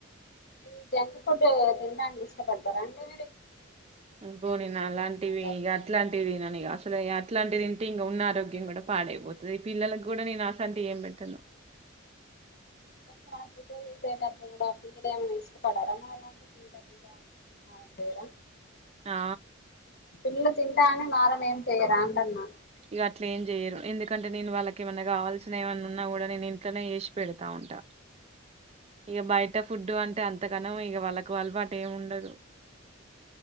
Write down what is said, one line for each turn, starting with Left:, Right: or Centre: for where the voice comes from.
Left: అదీ జంక్ ఫుడ్ తింటాన్కి ఇష్టపడతారా అండి మీ
Right: పోనీ నాలాంటివి
Left: బర్గర్లు
Right: ఇగ అట్లాంటివి తిననిగ అసలే య అట్లాంటి దింటే ఇంగ ఉన్న ఆరోగ్యం గూడా పాడైపోతది ఈ పిల్లలకు గూడా నేను అసాంటియ్ ఏం పెట్టను
Left: కొంచెం మనం ప్రిపేర్ చేసేప్పుడు గూడా పిల్లల్ ఏం తీస్కుంటారా రా మరి ఏమైనా తింటా తింటా అని మారం జేయర
Right: ఆ
Left: పిలల్లు తింటా అని మారం ఏం చెయ్యరా అంటన్న
Right: ఇగ అట్లేం జెయ్యరు ఎందుకంటే నేను వాళ్ళకి ఏమైన్నా కావాల్స్ సిన ఏమన్నా ఉన్నా గూడా నేను ఇంట్లనే చేసి పెడతా ఉంటా ఇగ బయ్ ట ఫుడ్డు అంటే అంతగనం ఇక వాళ్ళకు అల్వాటు ఏం వుండదు